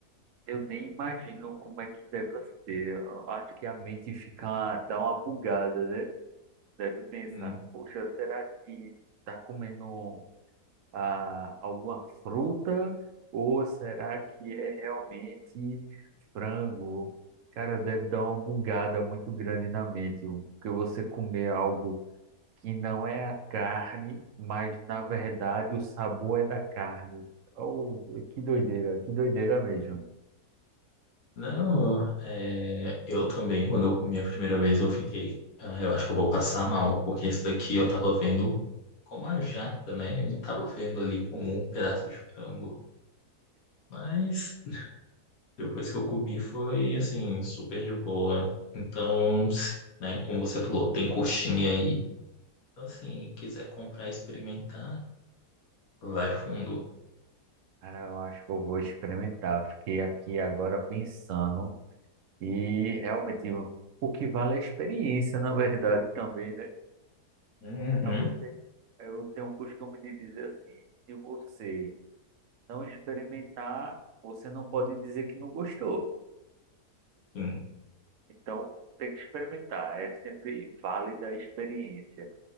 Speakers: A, on the right; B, on the left.
A: eu nem imagino como é que deve ser. Eu Acho que a mente fica, dá uma bugada, né? Deve pensar,
B: Hum,
A: poxa, será que tá comendo ah, alguma fruta? Ou será que é realmente frango? Cara, deve dar uma bugada muito grande na mente, porque você comer algo que não é a carne, mas na verdade o sabor é da carne. Oh, que doideira, que doideira mesmo.
B: Não, é, eu também, quando eu comi a primeira vez, eu fiquei. "Ah, eu acho que eu vou passar mal, porque esse daqui eu tava vendo como a jaca, né? Eu não tava vendo ali como um pedaço de frango. Mas depois que eu comi, foi assim, super de boa. Então, né, como você falou, tem coxinha aí. Então, assim, quiser comprar e experimentar, vai fundo.
A: Cara, eu acho que eu vou experimentar. Fiquei aqui agora pensando e realmente o o que vale é a experiência, na verdade, também, né?
B: Uhum,
A: Pra você, eu tenho o costume de dizer assim, se você não experimentar, você não pode dizer que não gostou.
B: sim.
A: Então, tem que experimentar. É sempre válida a experiência.